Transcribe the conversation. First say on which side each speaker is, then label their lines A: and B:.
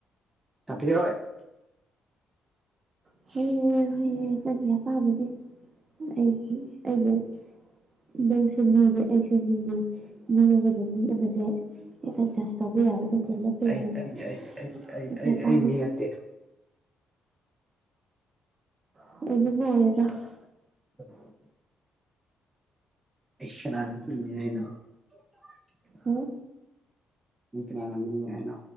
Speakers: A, on the right; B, on the right.
A: <unintelligible>
B: <unintelligible> ꯅꯪꯁꯨ ꯃꯤꯅꯦ ꯑꯩꯁꯨ ꯃꯤꯅꯦ ꯃꯤ ꯑꯃꯅ ꯃꯤ ꯑꯃꯗ ꯑꯦꯗꯖꯁ ꯇꯧꯕ ꯌꯥꯕ ꯅꯠꯇꯦ ꯂꯦꯞꯄ
A: ꯑꯩ
B: ꯌꯥꯕ ꯅꯠꯇꯦ
A: ꯑꯩ ꯑꯩ ꯑꯩ ꯑꯩ ꯑꯩ
B: ꯑꯩꯒꯤ
A: ꯑꯩ
B: ꯑꯄꯥꯝꯕꯅꯦ
A: ꯑꯩ ꯃꯤ ꯅꯠꯇꯦ
B: <unintelligible>
A: <unintelligible> <unintelligible>
B: ꯍ
A: ꯅꯪ ꯀꯅꯥꯅ ꯃꯤꯅꯦ ꯍꯥꯏꯅꯣ